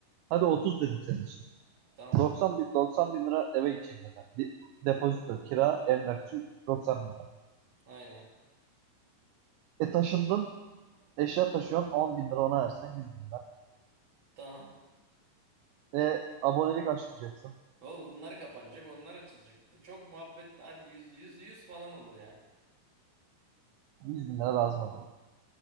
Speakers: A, on the right; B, on the right.
A: Hadi 30 dedim senin için.
B: Tamam.
A: 90 bin 90 bin lira eve gidecek zaten. Bir depozito, kira, emlakçı 90 bin lira.
B: Aynen.
A: E taşındın, eşya taşıyorsun 10 bin lira ona versen 100 bin lira.
B: Tamam.
A: E abonelik açtıracaksın.
B: Oğlum bunlar kapanacak, onlar açılacak. Çok muhabbet hadi 100 100 100 falan olur ya.
A: 100 bin lira lazım olur.